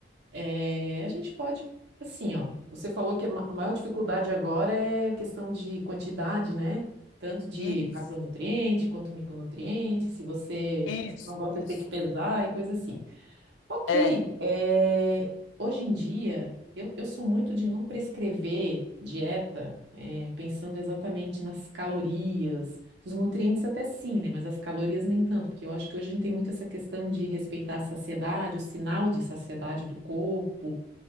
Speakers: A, on the right; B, on the left.
A: É, a gente pode, assim, ó. Você falou que a ma- a maior dificuldade agora é a questão de quantidade, né? Tanto de
B: Isso,
A: macronutriente quanto micronutriente. Se você,
B: isso,
A: você não gosta
B: isso.
A: de ter que pesar e coisa assim. Ok,
B: É.
A: é, hoje em dia eu, eu sou muito de não prescrever dieta, é, pensando exatamente nas calorias, os nutrientes até sim, né? Mas as calorias nem tanto, porque eu acho que hoje a gente tem muito essa questão de respeitar a saciedade, o sinal de saciedade do corpo.